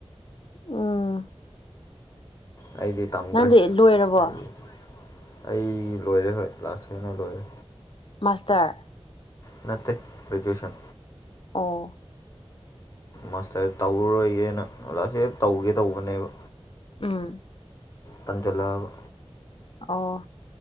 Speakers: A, on the left; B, on the left.
A: ꯎꯝ
B: ꯑꯩꯗꯤ꯫ ꯇꯝꯗ꯭ꯔꯦ
A: ꯅꯪꯗꯤ ꯂꯣꯏꯔꯕꯣ꯫
B: ꯑꯩ ꯑꯩ ꯂꯣꯏꯔꯦ ꯍꯣꯏ ꯂꯥꯏ ꯁ‌ꯦꯅ ꯂꯣꯏꯔꯦ
A: ꯃꯥꯁꯇꯔ
B: ꯅꯠꯇꯦ ꯒ꯭ꯔꯦꯖꯨꯌꯦꯁꯟ꯫
A: ꯑꯥ꯫
B: ꯃꯥꯁꯇꯔ ꯇꯧꯔ ꯔꯣꯏꯒꯦꯅ ꯑꯣꯖ ꯁꯤ ꯇꯧꯒꯦ ꯇꯧꯕꯅꯦꯕ꯫
A: ꯎꯝ
B: ꯇꯟꯖꯂꯥꯕ꯫
A: ꯑꯣ